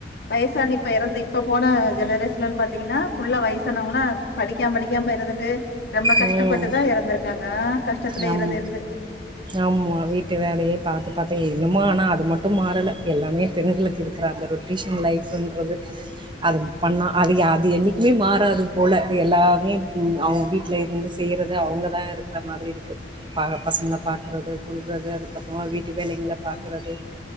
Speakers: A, on the left; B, on the right.
A: வயசான இப்ப எறந்து இப்ப போன ஜெனரேஷன்லன் பாத்தீங்கன்னா ஃபுல்லா வயசானவங்களா படிக்காம படிக்காம இருந்துட்டு ரொம்ப கஷ்டப்பட்டு
B: உம்
A: தான் இறந்துருக்காங்க. ஆ கஷ்டத்துல
B: ஆம்
A: இருந்து, இருந்து
B: ஆமா வீட்டு வேலையே பாத்து பாத்து இன்னுமு ஆனா அது மட்டும் மாறல எல்லாமே பெண்களுக்கு இருக்கிற அந்த ரொட்டேஷன் லைஃப்புன்றது அது பண்ணா அது அது என்னைக்குமே மாறாது போல எல்லாமே அவங்க வீட் டுல இருந்து செய்யறது அவங்கதா இருக்கற மாதிரி இருக்கு பசங்கள பாக்கறது குன்றது அதுக்கப்புறமா வீட்டு வேலைங்கள பாக்கரது